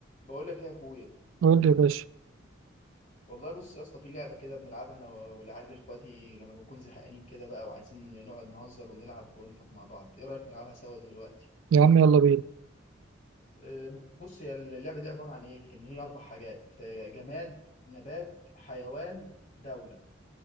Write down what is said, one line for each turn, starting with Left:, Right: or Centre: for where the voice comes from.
Left: بقول لك إيه يا اخويا
Right: قول لي يا باشا
Left: والله بص يا اسطى في لعبه كده بنلعبها انا و- والعيال اخواتي لما بنكون زهقانين كده بقى وعايزين نقعد نهزر ونلعب ونضحك مع بعض ايه رايك نلعبها سوا دلوقتي
Right: يا عم يلا بينا
Left: أه، بص هي اللعبه دي عباره عن ايه ان هي اربع حاجات أه، جماد نبات حيوان دوله